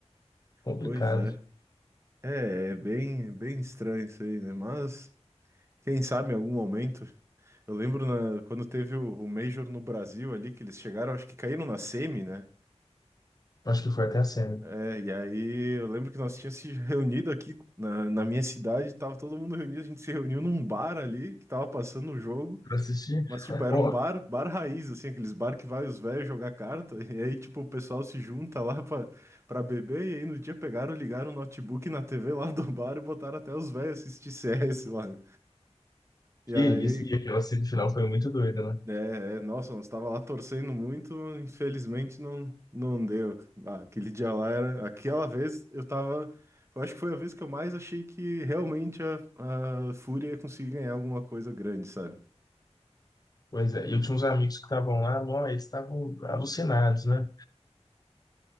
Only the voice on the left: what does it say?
complicado.
Acho que foi até a semi.
Pra assistir?
<laughs>
Ó,
que
isso. E aquela semifinal foi muito doida, né?
Pois é. E eu tinha uns amigos que estavam lá, não, eles estavam alucinados, né?